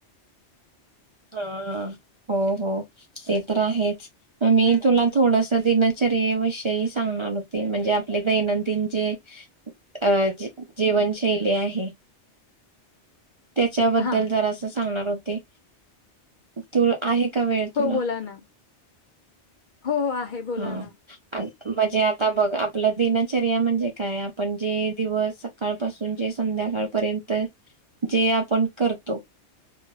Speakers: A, on the right; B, on the left.
A: हं हं हो हो ते तर आहेच. मग मी तुला थोडसं दिनच विषयी सांगणार होते म्हणजे आपले दैनंदिन जे अ जी जीवनशैली आहे. त्याच्याबद्दल
B: हा
A: जरासं सांगणार होते. तू, आहे का वेळ
B: हो
A: तुला?
B: बोला ना हो, आहे बोला
A: हां.
B: ना
A: अ म्हणजे आता बघ आपलं दिनचर्या म्हणजे काय आपण जे दिवस सकाळपासून जे संध्या संध्याकाळपर्यंत जे आपण करतो.